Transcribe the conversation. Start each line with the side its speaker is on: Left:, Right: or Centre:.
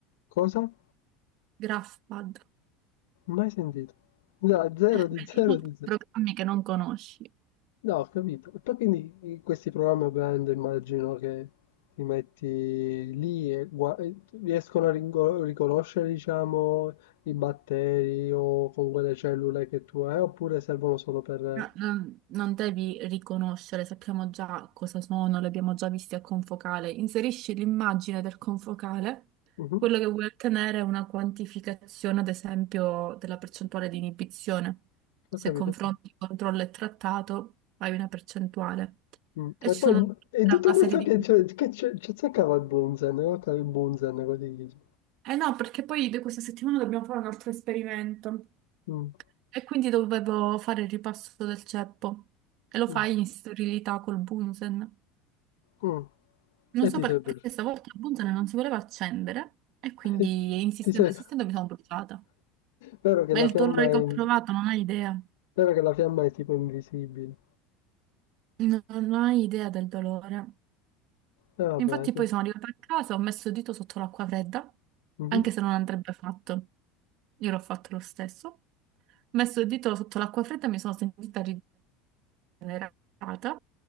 Left: cosa?
Right: Graphpad.
Left: Mai sentito. No, zero
Right: Eh,
Left: di
Right: vedi,
Left: zero
Right: sono
Left: di
Right: tutti
Left: zero.
Right: programmi che non conosci.
Left: No, ho capito. E poi quindi in questi programmi ovviamente immagino che ti metti lì e, gua- e riescono a ringo- riconoscere, diciamo, i batteri o con quelle cellule che tu hai, oppure servono solo per...
Right: No, non, non devi riconoscere, sappiamo già cosa sono, li abbiamo già visti al confocale. Inserisci l'immagine del confocale,
Left: Mhm,
Right: quello che vuoi ottenere è una quantificazione, ad esempio, della percentuale di inibizione. Se
Left: Ho capito.
Right: confronti controllo e trattato, hai una percentuale.
Left: Mm.
Right: E
Left: E
Right: ci
Left: poi
Right: sono
Left: mm,
Right: tutta
Left: e tutto
Right: una
Left: questo
Right: serie di...
Left: che c'è, che c'è, c'è cercava il Bunzen, guarda il Bunzen, così dice.
Right: Eh no, perché poi di questa settimana dobbiamo fare un altro esperimento.
Left: Mm,
Right: E quindi dovevo fare il ripasso del ceppo. E lo
Left: mm,
Right: fai in sterilità col Bunsen.
Left: mm.
Right: Non
Left: E
Right: so
Left: ti
Right: perché
Left: serve.
Right: stavolta il Bunsen non si voleva accendere e quindi
Left: <laughs>
Right: insistendo,
Left: Ti serve.
Right: insistendo mi sono bruciata.
Left: Vero che
Right: Ma
Left: la
Right: il
Left: fiamma
Right: dolore
Left: è,
Right: che
Left: in-
Right: ho provato non hai idea.
Left: vero che la fiamma è tipo invisibile.
Right: Non, non hai idea del dolore.
Left: E vabbè.
Right: Infatti
Left: ti-
Right: poi sono arrivata a casa, ho messo il dito sotto l'acqua fredda,
Left: Mhm,
Right: anche se non andrebbe fatto. Io l'ho fatto lo stesso. Ho messo il dito sotto l'acqua fredda e mi sono sentita rigenerata.